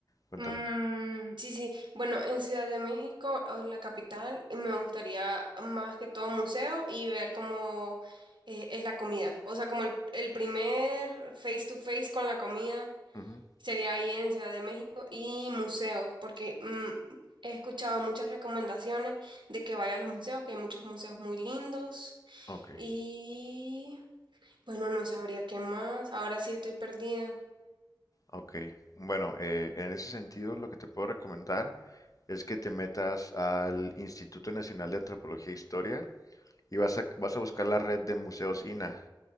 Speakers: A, on the left; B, on the right.
A: Cuéntame.
B: Mm, sí, sí. Bueno, en Ciudad de México, o la capital, me gustaría más que todo museo y ver cómo eh, es la comida. O sea, como el, el primer face to face con la comida
A: Ujú,
B: sería ahí en Ciudad de México y museos, porque mm, he escuchado muchas recomendaciones de que vaya a los museos, que hay muchos museos muy lindos
A: Ok,
B: y bueno, no sabría qué más. Ahora sí estoy perdida.
A: ok. Bueno, eh, en ese sentido, lo que te puedo recomendar es que te metas al Instituto Nacional de Antropología e Historia y vas a, vas a buscar la red de museos INAH.